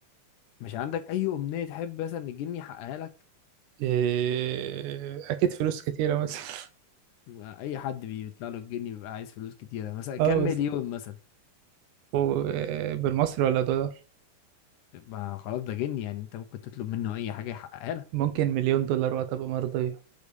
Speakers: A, on the left (about 75°); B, on the right (about 80°).
A: مش عندك اي امنية تحب مثلا إن الجني يحققها لك
B: آه، أكيد فلوس كتيرة مثلا <laughs>
A: ما اي حد بيطلع له الجني بيبقى عايز فلوس كتيرة مثلا كام
B: اه
A: مليون
B: بس
A: مثلا
B: و- آه، بالمصري ولا دولار
A: ما خلاص ده جني يعني انت ممكن تطلب منه اي حاجة يحققها لك
B: ممكن مليون دولار وهتبقى مرضية